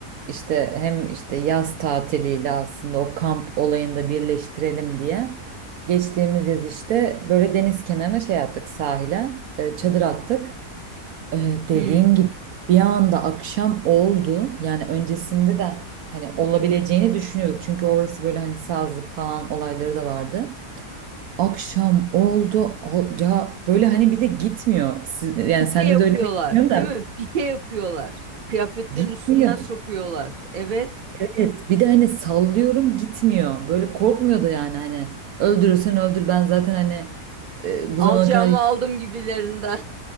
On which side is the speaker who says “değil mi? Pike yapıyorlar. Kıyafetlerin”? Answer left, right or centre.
Right